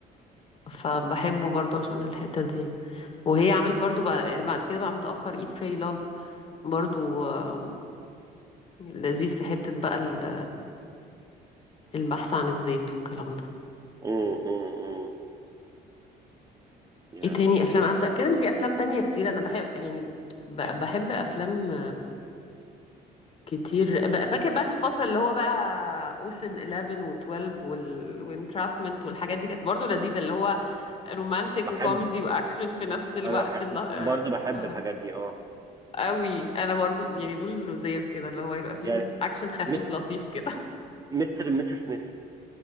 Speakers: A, on the left; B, on the right.
A: فبحبه برضو عشان الحتة دي وهي عملت برضو بعد, بعد كده بقى متأخر Eat Pray Love برضو آم، لذيذ في حتة بقى ال- البحث عن الذات والكلام ده
B: امم امم امم يا
A: ايه تاني افلام
B: ايه
A: انا
B: ده
A: متأكدة ان في افلام تانية كتير انا بحب يعني ب- بحب افلام كتير بقى فاكر بقى في فترة اللي هو بقى اوشن 11 و12 وال... وانترابمنت والحاجات دي كانت برضو لذيذة اللي هو رومانتك
B: بحب
A: وكوميدي واكشن في نفس الوقت
B: انا بحب
A: اللي... اه
B: برضه بحب
A: آه.
B: الحاجات دي اه
A: قوي انا برضو يعني دول لذيذ كده اللي هو يبقى فيهم
B: يعني
A: اكشن خفيف
B: مستر
A: لطيف كده
B: مستر مستر سميث